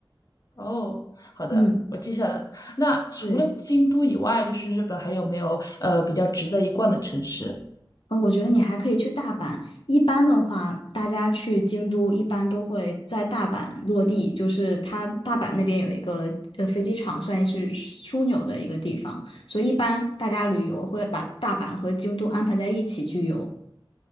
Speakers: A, on the left; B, on the left.
A: 哦，好的，
B: 嗯，
A: 我记下了。那除了京都以外，
B: 对。
A: 就是日本还有没有呃比较值得一逛的城市？
B: 呃，我觉得你还可以去大阪。一般的话，大家去京都一般都会在大阪落地，就是它大阪那边有一个呃飞机场，算是枢纽的一个地方，所以一般大家旅游会把大阪和京都安排在一起去游。